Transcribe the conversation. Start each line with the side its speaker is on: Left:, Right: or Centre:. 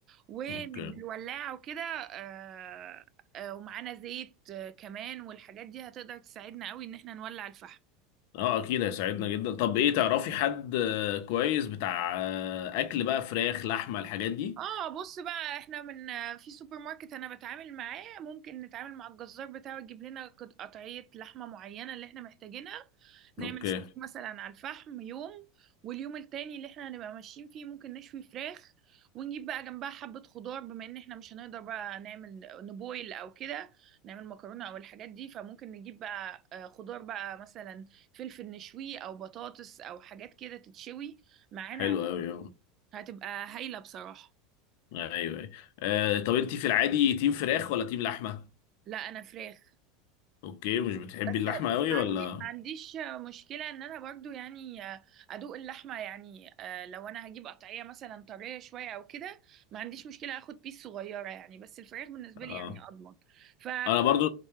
Right: وبالولاعه
Left: اوكي
Right: وكده آه، آه، ومعانا زيت آه، كمان والحاجات دي هتقدر تساعدنا قوي ان احنا نولع الفحم
Left: اه اكيد هيساعدنا جدا طب ايه تعرفي حد آه، كويس بتاع آه، اكل بقى فراخ لحمه الحاجات دي
Right: اه بص بقى احنا من في سوبر ماركت انا بتعامل معاه ممكن نتعامل مع الجزار بتاعه يجيب لنا قط- قطعية لحمة معينة اللي احنا محتاجينها نعمل
Left: اوكي
Right: ستيك مثلا على الفحم يوم واليوم التاني اللي احنا هنبقى ماشيين فيه ممكن نشوي فراخ ونجيب بقى جنبها حبة خضار بما ان احنا مش هنقدر بقى نعمل نبويل او كده نعمل مكرونة او الحاجات دي فممكن نجيب بقى آه، خضار بقى مثلا فلفل نشويه او بطاطس او حاجات كده تتشوي معانا
Left: حلو قوي
Right: هتبقى هايلة بصراحة
Left: ايوه ايوه آه طب انت في العادي تيم فراخ ولا تيم لحمه
Right: لا انا فراخ
Left: اوكي مش بتحبي
Right: بس بس
Left: اللحمه قوي
Right: ما
Left: ولا
Right: عندي ما عنديش مشكله ان انا برضو يعني ادوق اللحمه يعني آه، لو انا هجيب قطعيه مثلا طريه شويه او كده ما عنديش مشكله اخد بيس صغيره يعني بس الفراخ بالنسبه
Left: اه
Right: لي يعني اضمن ف
Left: انا برضو